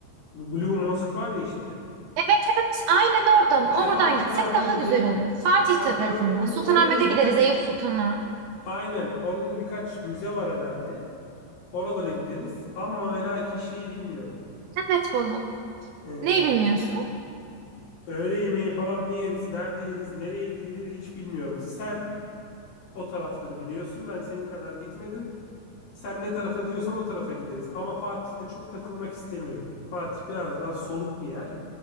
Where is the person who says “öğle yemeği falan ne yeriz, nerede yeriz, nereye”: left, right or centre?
Left